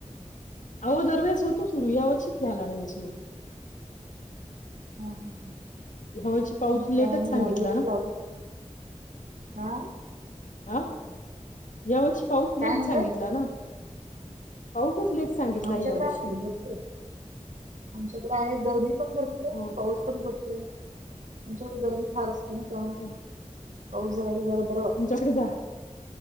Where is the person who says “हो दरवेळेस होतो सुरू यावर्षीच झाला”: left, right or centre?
Left